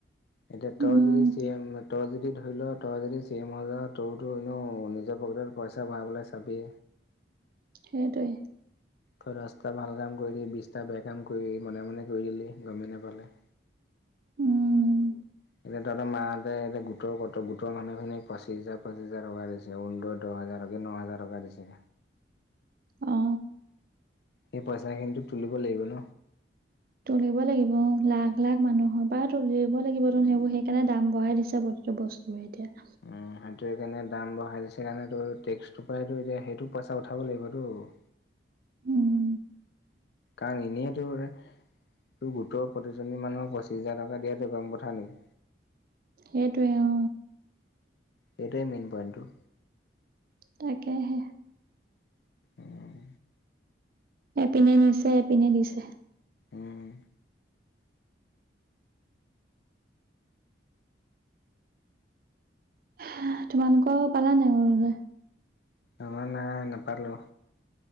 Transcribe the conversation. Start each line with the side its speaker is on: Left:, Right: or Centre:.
Left: এতিয়া তই
Right: উম
Left: যদি চিএম। তই যদি ধৰি ল তই যদি চিএম হৈ যাৱ ত‌ইতো এনেও নিজৰ পকেটত পইচা ভৰাবলে চাবি।
Right: সেইটোৱে।
Left: ত‌ই দহটা ভাল কাম কৰিলি, বিছটা বেয়া কাম কৰিলি মনে-মনে কৰি দিলি গমে নাপালে।
Right: উম
Left: এতিয়া তহঁতৰ মাহঁতে এতিয়া গোটৰ ক গোটৰ মানুহখিনিক পঁচিছ হাজাৰ পঁচিছ হাজাৰ টকা দিছে। অৰুণোদয়ৰ দহ হাজাৰকে ন হাজাৰ টকা দিছে।
Right: অ।
Left: সেই পইচা খিনিতো তুলিব লাগিব ন।
Right: তুলিব লাগিব লাখ লাখ মানুহৰ পৰা তুলিব লাগিব ত সেইবোৰ সেইকাৰণে দাম বঢ়াই দিছে প্ৰতিটো বস্তুৰ। মৰ এতিয়া।
Left: উম সেইটো সেইকাৰণে দাম বঢ়াই দিছে কাৰণে তো টেক্সটোৰ পৰাইতো এতিয়া সেইটো পইচা উঠাব লাগিবতো। <inaudible>
Right: উম
Left: কাৰণ এনেই তোৰ তোৰ গোটৰ। প্ৰতিজনী মানুহ পচিছ হাজাৰ টকা দিয়াটো কম কথা নেকি।
Right: সেইটোৱে অ।
Left: সেইটোৱে মেইন পইণ্টটো।
Right: তাকেহে।
Left: উম।
Right: এপিনে নিছে এপিনে দিছে।
Left: উম,
Right: হ তোমালোকৰ পালা নাই অৰুণোদয়?
Left: আমাৰ নাই নাপালোঁ।